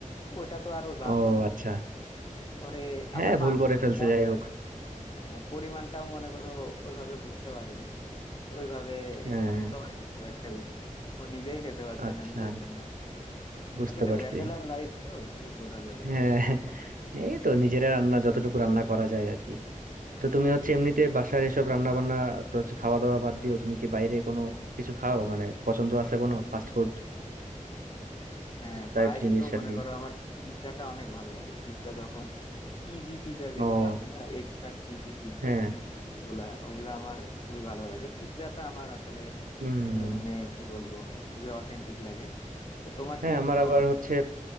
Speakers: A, on the left; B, on the right.
A: তো ওটা তো আরো জানতো
B: ও
A: না
B: আচ্ছা
A: পরে
B: হ্যাঁ
A: আবার
B: ভুল
A: মাংস
B: করে ফেলছে
A: মশলার
B: যাই হোক
A: আহ, পরিমাণটাও মনে করো ওইভাবে বুঝতে পারেনি তো ওইভাবে
B: হ্যাঁ
A: ভালো হয়নি খুব একটা বেশি ও নিজেই খেতে পারছে
B: আচ্ছা
A: না নিজের রান্না
B: বুঝতে
A: আসলে
B: পারছি
A: ব্যাচেলার লাইফ তো কি করা যাবে
B: হ্যাঁ
A: আর
B: এই তো নিজেরা রান্না যতটুকু রান্না করা যায় আর কি তো তুমি হচ্ছে এমনিতে বাসার এসব রান্না বান্না তো হচ্ছে খাওয়া দাওয়া বাদ দিও তুমি কি বাইরে কোনো কিছু খাও মানে পছন্দ আছে কোনো ফাস্ট ফুড
A: হ্যাঁ
B: টাইপ
A: বাইরে
B: জিনিস
A: তো
B: আর
A: মনে
B: কি
A: করো আমার পিৎজাটা অনেক ভালো লাগে পিৎজা যখন চিজি পিৎজা
B: ও
A: যেগুলো আছে না এক্সট্রা চিজি পিৎজা
B: হ্যাঁ
A: যেগুলা ওগুলা আমার খুবই ভালো লাগে পিৎজাটা আমার আসলে
B: হুম
A: এ, মানে কি বলবো খুবই অথেন্টিক লাগে তো তোমার
B: হ্যাঁ
A: কি
B: আমার
A: কোনো
B: আবার হচ্ছে